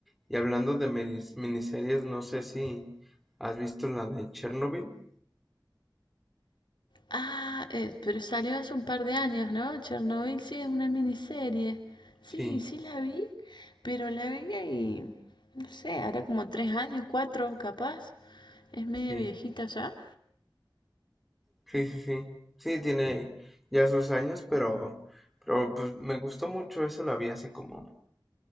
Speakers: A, in the centre; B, on the left.
A: y hablando de minis- miniseries, no sé si has visto la de Chernobyl.
B: Ah, eh, pero salió hace un par de años, ¿no? Chernobyl sí es una miniserie. Sí,
A: Sí,
B: sí la vi, pero la vi y no sé, hará como tres años, cuatro capaz. Es media
A: sí,
B: viejita ya.
A: sí, sí, sí. Sí, tiene ya sus años, pero, pero pues, me gustó mucho. Esa la vi hace como